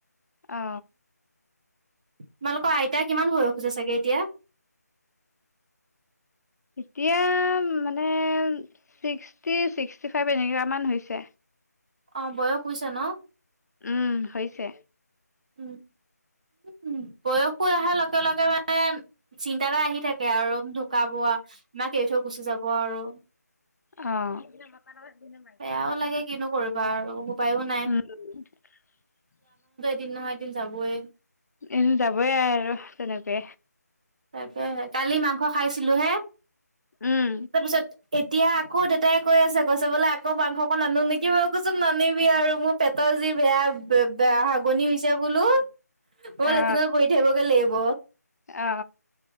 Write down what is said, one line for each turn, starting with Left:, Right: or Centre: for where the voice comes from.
Left: অ
Right: তোমালোকৰ আইতা কিমান বয়স হৈছে চাগে এতিয়া
Left: এতিয়া মানে ছিক্সটি ছিক্সটি ফাইভ এনেগান হৈছে
Right: অ' বয়স হৈছে ন'?
Left: উম হৈছে।
Right: উম, উম। বয়স হৈ আহাৰ লগে - লগে মানে চি তা আহি থাকে আৰু ঢুক বোৱা মাক এৰি থৈ গুচি যাব আৰু
Left: অ <inaudible>
Right: বেয়াও লাগে কিনো
Left: উম
Right: কৰিবা আৰু উপায়ো নাই
Left: <inaudible>
Right: দিন নহয়, এদিন যাবয়ে।
Left: এনে যাবয়ে আৰু তেনেকে।
Right: তাকে কালি মাংস খাইছিলো হে
Left: উম
Right: তাৰপিছত এতিয়া আকৌ দেউেতাই কৈ আছে কৈছে বোলে আকৌ মাংসক আকন নেকি বাৰু মই কৈচো নানিবি আৰু মোৰ পেটত যি বেয়া বেয়া হাগনি হৈছে বোলো মই
Left: অ
Right: লেত্ৰিনত বহি থাকিবগে লাগিব।
Left: অ